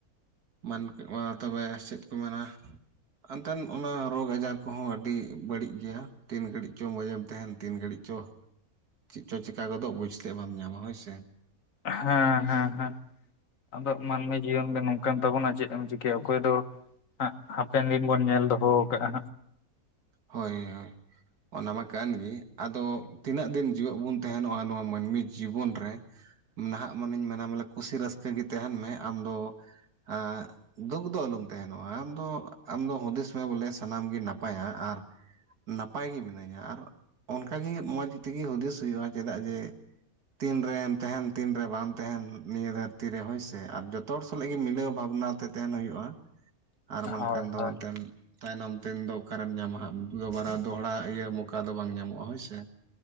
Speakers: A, on the right; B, on the left.
A: ᱢᱮᱱ ᱢᱟ ᱛᱚᱵᱮ ᱪᱮᱫ ᱠᱚ ᱢᱮᱱᱟ? ᱮᱱᱛᱮᱱ ᱚᱱᱟ ᱨᱳᱜᱽ ᱟᱡᱟᱨ ᱠᱚᱼᱦᱚᱸ ᱟᱹᱰᱤ ᱵᱟᱹᱲᱤᱡ ᱜᱮᱭᱟ᱾ ᱛᱤᱱ ᱜᱽᱷᱟᱹᱲᱤᱡ ᱪᱚ ᱢᱚᱸᱡᱮᱢ ᱛᱟᱦᱮᱸᱱ, ᱛᱤᱱ ᱜᱽᱷᱟᱹᱲᱤᱡ ᱪᱚ ᱪᱮᱫ ᱪᱚ ᱪᱮᱠᱟ ᱜᱚᱫᱚ-ᱜ ᱵᱩᱡᱽ ᱛᱮᱫ ᱵᱟᱢ ᱧᱟᱢᱟ ᱦᱳᱭ ᱥᱮ
B: ᱦᱟᱸ ᱦᱟᱸ ᱦᱟᱸ᱾ ᱟᱫᱚ ᱢᱟᱹᱱᱢᱤ ᱡᱤᱭᱚᱱ ᱜᱮ ᱱᱚᱝᱠᱟᱱ ᱛᱟᱵᱚᱱᱟ ᱾ ᱪᱮᱫ ᱮᱢ ᱪᱤᱠᱟᱹᱭᱟ ᱚᱠᱚᱭ ᱫᱚ ᱦᱟᱯᱮᱱ ᱫᱤᱱ ᱵᱚᱱ ᱧᱮᱞ ᱫᱚᱦᱚ ᱠᱟᱜᱼᱟ᱾
A: ᱦᱳᱭ, ᱦᱳᱭ ᱚᱱᱟ ᱢᱟ ᱠᱟᱱ ᱜᱤ᱾ ᱟᱫᱚ ᱛᱤᱱᱟᱹᱜ ᱫᱤᱱ ᱡᱤᱣᱮᱫ ᱵᱚᱱ ᱛᱟᱦᱮᱸᱱᱚᱜᱼᱟ ᱾ ᱱᱚᱣᱟ ᱢᱟᱹᱱᱢᱤ ᱡᱤᱵᱚᱱ ᱨᱮ ᱱᱟᱦᱟᱜ ᱢᱟᱱᱮᱧ ᱢᱮᱱᱟ ᱢᱚᱞᱮ ᱠᱩᱥᱤ ᱨᱟᱹᱥᱠᱟᱹ ᱜᱤ ᱛᱟᱦᱮᱸᱱ ᱢᱮ ᱟᱢᱫᱚ ᱟᱜ ᱫᱩᱠ ᱫᱚ ᱟᱞᱚᱢ ᱛᱟᱦᱮᱸᱱᱚᱜᱼᱟ᱾ ᱟᱢ ᱫᱚ ᱟᱢ ᱫᱚ ᱦᱩᱫᱤᱥ ᱢᱮ ᱵᱚᱞᱮ ᱥᱟᱱᱟᱢ ᱜᱮ ᱱᱟᱯᱟᱭᱟ-ᱜ ᱟᱨ ᱱᱟᱯᱟᱭ ᱜᱮ ᱢᱤᱱᱟᱹᱧᱟ ᱾ ᱟᱨ ᱚᱱᱠᱟᱜᱮ ᱢᱚᱡᱽ ᱛᱮᱜᱤ ᱦᱩᱫᱽᱤᱥ ᱦᱩᱭᱩᱜᱼᱟ᱾ ᱪᱮᱫᱟᱜ ᱡᱮ ᱛᱤᱱ ᱨᱮᱢ ᱛᱟᱦᱮᱸᱱ, ᱛᱤᱱ ᱨᱮ ᱵᱟᱢ ᱛᱟᱦᱮᱸᱱ, ᱱᱤᱭᱟᱹ ᱫᱷᱽᱟᱹᱨᱛᱤ ᱨᱮ ᱦᱳᱭᱥᱮ ᱟᱨ ᱡᱚᱛᱚ ᱡᱚᱛᱚ ᱦᱚᱲ ᱥᱟᱞᱟᱜ ᱜᱮ ᱢᱤᱞᱟᱹᱣ ᱵᱷᱟᱵᱽᱱᱟ ᱛᱮ ᱛᱟᱦᱮᱸᱱ ᱦᱩᱭᱩᱜᱼᱟ᱾ ᱟᱨ ᱵᱟᱝᱠᱷᱟᱱ
B: ᱦᱳᱭ
A: ᱫᱚ
B: ᱦᱳᱭ
A: ᱢᱮᱫᱴᱮᱱ ᱛᱟᱭᱱᱚᱢ ᱛᱮᱱ ᱫᱚ ᱚᱠᱟᱨᱮᱢ ᱧᱟᱢᱟ ᱦᱟᱸᱜ, ᱫᱚ ᱵᱟᱨᱟ ᱫᱚᱦᱲᱟ ᱤᱭᱟᱹ ᱢᱚᱠᱟ ᱫᱚ ᱵᱟᱝ ᱧᱟᱢᱚᱜᱼᱟ ᱾ᱦᱳᱭ ᱥᱮ